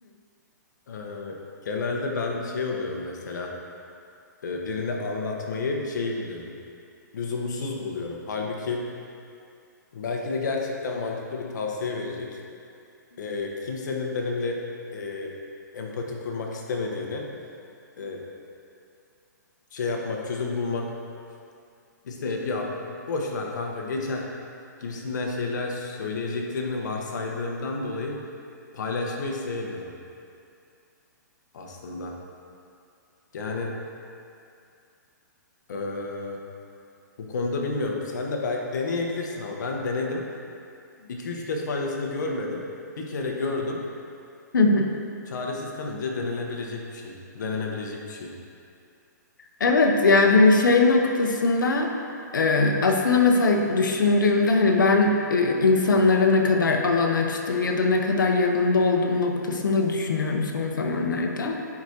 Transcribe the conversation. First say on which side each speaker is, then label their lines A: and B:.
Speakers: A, on the left; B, on the left.
A: Ee, genelde ben şey oluyorum mesela e, birini anlatmayı şeyi buluyorum. Lüzumsuz buluyorum. Halbuki belki de gerçekten mantıklı bir tavsiye verecek. Ee, kimsenin benimle e, empati kurmak istemediğini e, şey yapmak, çözüm bulmak İsteyip ya boş ver kanka geçer gibisinden şeyler söyleyeceklerini varsaydığımdan dolayı paylaşmayı sevmiyorum aslında. Yani eee, bu konuda bilmiyorum. Sen de belki deneyebilirsin ama ben denedim. iki üç kez faydasını görmedim. Bir kere gördüm.
B: <laughs>
A: Çaresiz kanınca denenebilecek bir şey. Denenebilecek bir şey.
B: Evet yani hani şey noktasında e, aslında mesela düşündüğümde hani ben e, insanlara ne kadar alan açtım ya da ne kadar yanında olduğum noktasında düşünüyorum son zamanlarda.